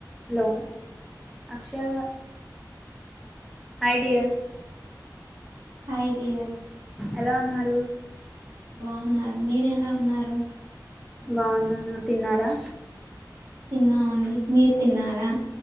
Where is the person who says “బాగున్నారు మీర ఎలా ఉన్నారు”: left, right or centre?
Right